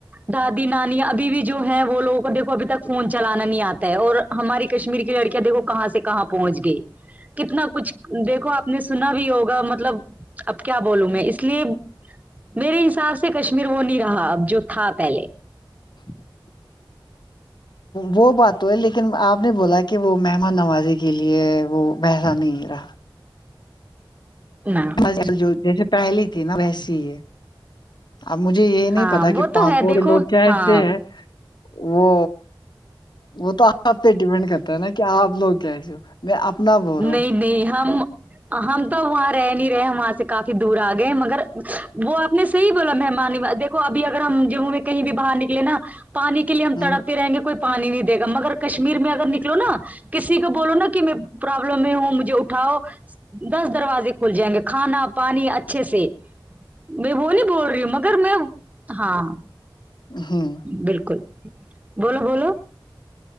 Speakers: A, on the right; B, on the left.
A: دادی نانی ابھی بھی جو ہے وہ لوگوں کو دیکھو ابھی تک فون چلانا نہیں آتا اور ہماری کشمیر کی لڑکیاں دیکھو کہاں سے کہاں پہنچ گئی کتنا کچھ دیکھو آپ نے سنا بھی ہوگا مطلب اب کیا بولوں میں اس لیے میرے حساب سے کشمیر وہ نی رہا اب جو تھا پہلے
B: <inaudible> وہ بات تو ہے لیکن آپ نے بولا کہ وہ مہمان نوازی کے لیے وہ پہلا نہیں رہا
A: نہ
B: میں جو جیسے پہلی تھی نا ویسی ہی ہے اب مجھے یہ نہیں
A: ہاں
B: پتا
A: وہ
B: کہ
A: تو
B: پاپوری
A: ہے دیکھو
B: لوگ کیسے
A: ہاں
B: ہے وہ وہ تو آپ پہ ڈپینڈ کرتا ہے نا کہ آپ لوگ کیسے ہے میں اپنا بول
A: نہیں
B: رہا
A: نہیں ہم ہم تو وہاں رہ نہیں رہے ہیں وہاں سے کافی دور آ گئے مگر وہ آپ نے صحیح کہا بولا مہمان دی کو ابھی اگر ہم جموں میں کہیں بھی باہر نکلے نا پانی کے لیے ہم تڑپتے
B: ہوں
A: رہیں گے کوئی پانی نہیں دے گا مگر کشمیر میں اگر نکلو نا کسی کو بولو نا کہ میں پرابلم میں ہوں مجھے اٹھاؤ دس دروازے کھول جائیں گے کھانا پانی اچھے سے میں وہ نہیں بول رہی ہوں مگر میں ہاں
B: ہ
A: بالکل بولو بولو